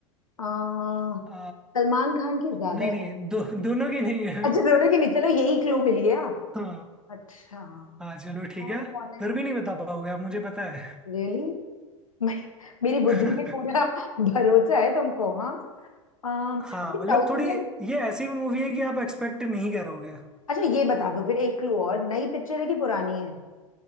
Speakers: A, on the left; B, in the centre.
A: आ,
B: आ,
A: सलमान खान की ज्यादा
B: नहीं
A: है
B: नहीं दो, दोनों की नहीं है
A: अच्छा दोनों की नहीं चलो यही क्लू मिल गया
B: हाँ
A: अच्छा
B: हाँ चलो ठीक
A: और
B: है
A: कौन है
B: फिर भी नहीं बता पाओगे आप मुझे पता है
A: रियली मैं मेरी बुद्धि
B: <laughs>
A: पे पूरा भरोसा है तुमको हाँ अम, कोई
B: हाँ मतलब
A: साउथ
B: थोड़ी
A: इंडियन
B: ये ऐसी मूवी है कि आप एक्सपेक्ट नहीं करोगे
A: अच्छा ये बता दो फिर एक क्लू और नई पिक्चर है कि पुरानी है